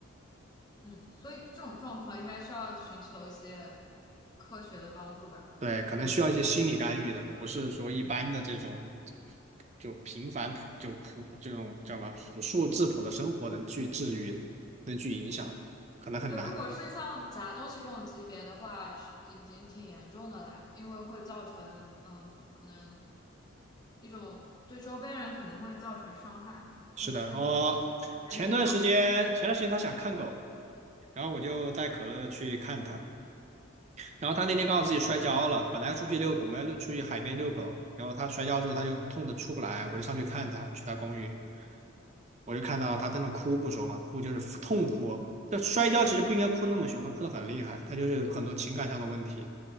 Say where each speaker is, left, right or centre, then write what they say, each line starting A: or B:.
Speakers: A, on the left; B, on the right.
A: 嗯，所以这种状况应该需要寻求一些科学的帮助吧。
B: 对，可能需要一些心理干预的，
A: 我，
B: 不是说一般的这种
A: 嗯，
B: 就平凡普就普这种叫什么朴素质朴的生活能去治愈的能去影响的可能很难。
A: 对，如果是像夹东西这种级别的话，是已经挺严重的了，因为会造成，嗯，可能一种对周边人可能会造成伤害，
B: 是的，
A: 就是甚至
B: 我前段时间前段时间他想看狗，
A: 人体伤害。
B: 然后我就带可乐去看他，然后他那天刚好自己摔跤了，本来要出去遛狗，我们要遛出去海边遛狗，然后他摔跤之后他就痛的出不来，我就上去看他，去他公寓，我就看到他在那哭不说嘛，哭就是痛哭，这摔跤其实不应该哭那么凶，他哭得很厉害，他就是很多情感上的问题，